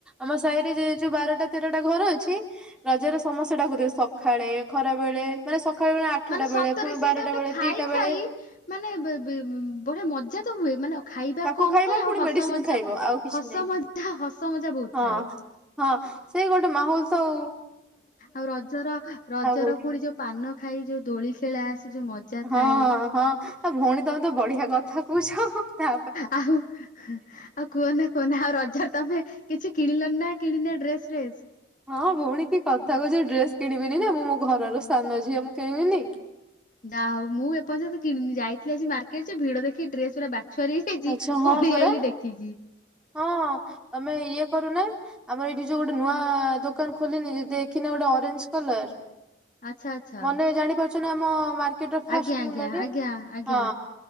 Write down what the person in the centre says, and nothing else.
ଆମ ସାହିରେ ଯେ ଯୋଉ ବାରଟା ତେରଟା ଘର ଅଛି। ରଜ ର ସମସ୍ୟା ଡାକୁ ସକାଳେ ଖରା ବେଳେ ମାନେ ସକାଳୁଳେ ଆଠଟା
ବେଳେ ପୁଣି
ବାରଟା
ବେଳେ
ଦିଟା
ବେଳେ
ତାକୁ
ଖାଇବ
ପୁଣି
ମେଡିସିନ
ଖାଇବ ଆଉ କିଛି
ନାହିଁ
ହଁ
ହଁ ସେଇ ଗୋଟେ ମାହୋଲ ତଉ।
କୋଉଠି
ହଁ
ହଁ ଆ ଭଉଣୀ ତମେ ତ ବଢିଆ କଥା କହୁଛ ତା
ହଁ ଭଉଣୀ କି କଥା କହୁଛ ଡ୍ରେସ କିଣିବିନି ନା ମୁଁ ମୋ ଘରର ସ୍ଥାନ ଝିଅ ମୁଁ କିଣିବିନି।
ଆଚ୍ଛା ହଁ
ପରା
ହଁ ତମେ ଇଏ କରୁନା ଆମର ଏଇଠି ଯୋଉ ଗୋଟେ ନୂଆ ଦୋକାନ ଖୋଲିନି ଦେଖିନ ଗୋଟେ ଅରେଞ୍ଜ କଲର।
ମାନେ ଜାଣି ପାରୁଛ ନା ଆମ ଟ ଫାଷ୍ଟ
ମୁଣ୍ଡରେ
ହଁ